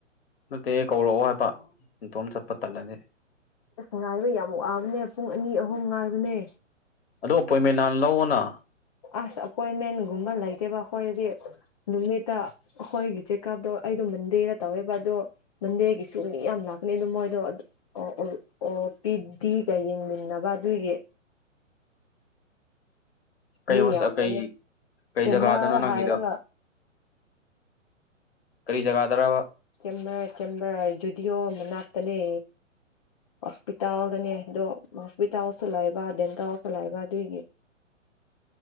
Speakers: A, on the left; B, on the left.
A: ꯅꯠꯇꯦ ꯀꯧꯔꯛꯑꯣ ꯍꯥꯏꯕ ꯏꯇꯣꯝ ꯆꯠꯄ ꯇꯜꯂꯗꯤ
B: ꯑꯁ ꯉꯥꯏꯕ ꯌꯥꯝ ꯋꯥꯕꯅꯦ ꯄꯨꯡ ꯑꯅꯤ ꯑꯍꯨꯝ ꯉꯥꯏꯕꯅꯦ
A: ꯑꯗꯣ ꯑꯄꯣꯏꯟꯃꯦꯟ ꯅꯍꯥꯟ ꯂꯧꯑꯣꯅ
B: ꯑꯁ ꯑꯄꯣꯏꯟꯃꯦꯟꯒꯨꯝꯕ ꯂꯩꯇꯦꯕ ꯑꯩꯈꯣꯏꯗꯗꯤ ꯅꯨꯃꯤꯠꯇ ꯑꯈꯣꯏꯒꯤ ꯆꯦꯛꯀꯞꯗꯣ ꯑꯩꯗꯣ ꯃꯟꯗꯦꯗ ꯇꯧꯋꯦꯕ ꯑꯗꯣ ꯃꯟꯗꯦꯒꯤꯁꯨ ꯃꯤ ꯌꯥꯝ ꯂꯥꯛꯀꯅꯤ ꯑꯗꯨꯗꯣ ꯃꯣꯏꯗꯣ ꯑꯣ ꯑꯣ ꯑꯣ ꯄꯤꯗꯤꯒ ꯌꯦꯡꯃꯤꯟꯅꯕ ꯑꯗꯨꯏꯒꯤ
A: ꯀꯩ
B: ꯃꯤ
A: ꯍꯣꯁ
B: ꯌꯥꯝꯕꯅꯦ
A: ꯀꯩ ꯀꯩ
B: ꯆꯦꯝꯃꯔ
A: ꯖꯒꯥꯗꯅꯣ ꯅꯪꯒꯤꯗꯣ
B: ꯍꯥꯏꯔꯒ
A: ꯀꯔꯤ ꯖꯒꯥ ꯗꯔꯕꯥ
B: ꯆꯦꯝꯕꯔ ꯆꯦꯝꯕꯔ ꯖꯨꯗꯤꯑꯣ ꯃꯅꯥꯛꯇꯅꯦ ꯍꯣꯁꯄꯤꯇꯥꯜꯗꯅꯦ ꯑꯗꯣ ꯍꯣꯁꯄꯤꯇꯥꯜꯁꯨ ꯂꯩꯕ ꯗꯦꯟꯇꯜꯁꯨ ꯂꯩꯕ ꯑꯗꯨꯒꯤ